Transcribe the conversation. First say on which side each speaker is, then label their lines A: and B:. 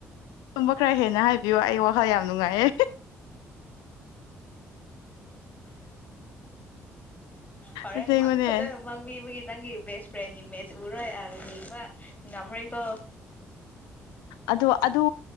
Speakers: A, on the left (about 70°); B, on the left (about 20°).
A: ꯑꯗꯨꯝꯕ ꯈꯔ ꯍꯦꯟꯅ ꯍꯥꯏꯕꯤꯌꯨ ꯑꯩ ꯋꯥꯈꯜ ꯌꯥꯝ ꯅꯨꯡꯉꯥꯏꯌꯦꯦ
B: ꯍꯣꯔꯦꯟ
A: ꯑꯁꯦꯡꯕꯅꯦ
B: ꯃꯥꯡ ꯐꯖꯅ ꯃꯥꯡꯕꯤꯕꯒꯤ ꯅꯪꯒꯤ ꯕꯦꯁ ꯐ꯭ꯔꯦꯟꯒꯤ ꯃꯦꯠꯆ ꯎꯔꯣꯏ ꯑ ꯌꯦꯡꯕ ꯉꯝꯔꯣꯏꯀꯣ
A: ꯑꯗ ꯑꯗ